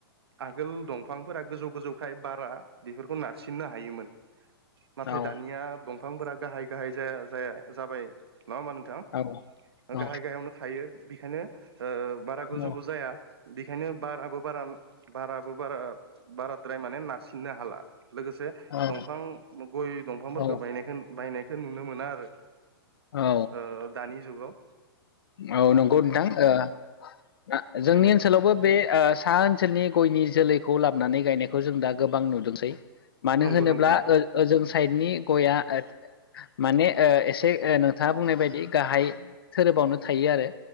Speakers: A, on the right; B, on the left.
A: आगोल दंफांफोरा गोजौ गोजौखाय बारा बेफोरखौ नारसिननो हायोमोन नाथाय
B: औ
A: दानिया दंफांफोरा गाहाय गाहाय जाया-जाया जाबाय नङा होमबा नोंथां
B: औ औ
A: गाहाय गाहायावनो थायो बिखायनो ओ बारा गोजौबो
B: औ
A: जाया बेखायनो बाराबो बारान बाराबो बारा बाराद्राय माने नारसिननो हाला लोगोसे
B: औ
A: दंफां गय दंफांफोरखौ
B: औ
A: बायनायखोन बायनायखो नुनो मोना आरो
B: औ
A: ओ दानि जुगाव
B: औ नंगौ नोंथां ओ आ जोंनि
A: बेनो
B: ओनसोलावबो बे सा ओ सोलनि गयनि जोलैखौ लाबोनानै गायनायखौ जों दा गोबां नुदोंसै मानो
A: नंगौ
B: होनोब्ला
A: नंगौ
B: ओ ओजों साइडनि गया ओ माने ओ एसे ओ नोंथाङा बुंनाय बायदि गाहाय थोरोबावनो थायो आरो